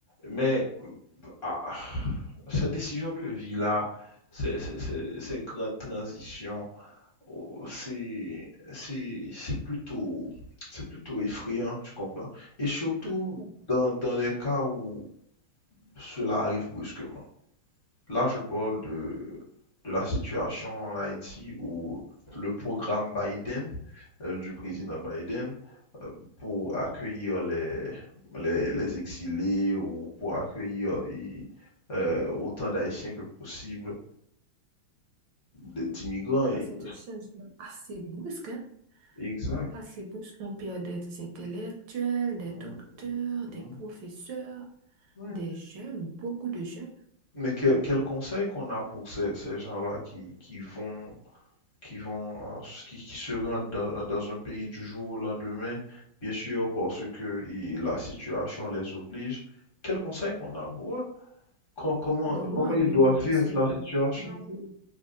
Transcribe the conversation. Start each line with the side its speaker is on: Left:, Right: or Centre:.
Left: Mais ah, ces décisions de vie-là, ces, ces- ces- ces grandes transitions, oh, c'est, c'est, c'est plutôt, c'est plutôt effrayant, tu comprends? Et surtout
Right: ah mais bon
Left: dans, dans les cas où cela arrive brusquement. Là, je parle de, de la situation en Haïti où le programme Biden, euh, du président Biden, euh, pour accueillir les, les, les exilés ou pour accueillir i- euh, autant d'Haïtiens que possible, de- d'immigrants. et-
Right: que c'est un changement assez brusque, hein.
Left: Exact.
Right: Assez brusque. On perd des intellectuels, des
Left: Mm,
Right: docteurs, des
Left: mm,
Right: professeurs,
Left: ouais.
Right: des jeunes, beaucoup de jeunes.
Left: Mais quel, quel conseil qu'on a pour ces, ces gens-là qui, qui vont qui vont, euh, qui, qui se rendent dans, euh, dans un pays du jour au lendemain, bien sûr, parce que il- la situation les oblige. Quel conseil qu'on a pour eux? Co- Comment,
Right: Bon, moi,
Left: comment ils
Right: je
Left: doivent
Right: les conseillerais
Left: vivre la situation?
Right: toujours,